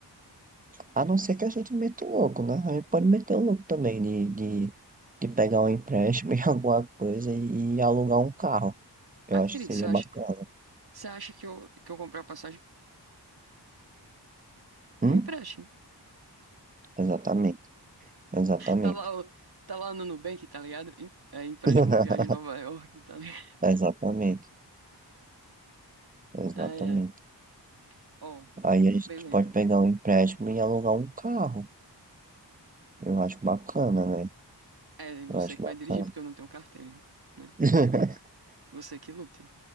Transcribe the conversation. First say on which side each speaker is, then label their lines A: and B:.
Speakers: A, on the right; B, on the right.
A: a não ser que a gente meta o louco, né? A gente pode meter o louco também de, de, de pegar um empréstimo <laughs> em alguma coisa e, e alugar um carro. Eu
B: Ai,
A: acho
B: querido,
A: que seria
B: você acha
A: bacana.
B: Você acha que eu, que eu comprei a passagem
A: Hum?
B: com empréstimo?
A: Exatamente, exatamente.
B: Tá lá, o- tá lá no Nubank, tá ligado? Em- É empréstimo
A: <laughs>
B: viagem a Nova York, tá ligado? <laughs>
A: Exatamente, exatamente.
B: Ai, ai. Ó,
A: Aí a gente
B: beleza.
A: pode pegar um empréstimo e alugar um carro. Eu acho bacana, velho.
B: É
A: Eu
B: você
A: acho
B: que
A: bacana.
B: vai dirigir, porque eu não tenho carteira, né?
A: <laughs>
B: Você que lute.